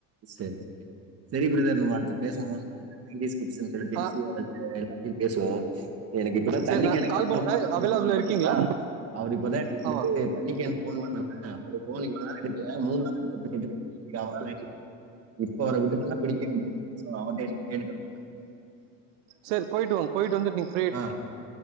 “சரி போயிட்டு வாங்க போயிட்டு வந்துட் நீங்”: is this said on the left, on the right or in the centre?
Right